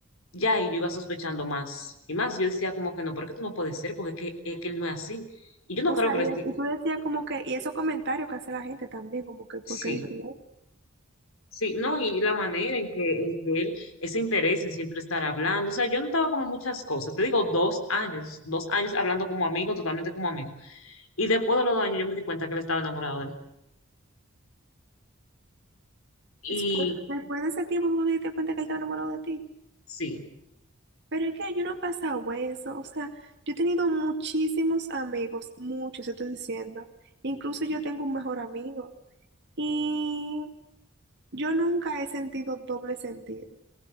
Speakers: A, on the left; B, on the right.
A: ya ahí yo iba sospechando más. Y más, yo decía como que no, pero porque tú no puedes ser, porque es que, es que él no es así. Y yo no
B: O
A: creo
B: sea,
A: que le
B: y,
A: esté...
B: es- y tú decías como que, y esos comentarios que hace la gente también, como que, porque
A: Sí.
B: digo, "Oh,
A: Sí, no, y la manera en que, en que él, ese interés en siempre estar hablando, o sea, yo notaba como muchas cosas, te digo, dos años, dos años hablando como amigo, totalmente como amigo, y después de los dos años yo me di cuenta que él estaba enamorado de él. y
B: después, después de ese tiempo tú te diste cuenta que él estaba enamorado de ti.
A: sí,
B: Pero es que yo no he pasado eso, o sea, yo he tenido muchísimos amigos, muchos, te estoy diciendo. Incluso yo tengo un mejor amigo. Y yo nunca he sentido doble sentido,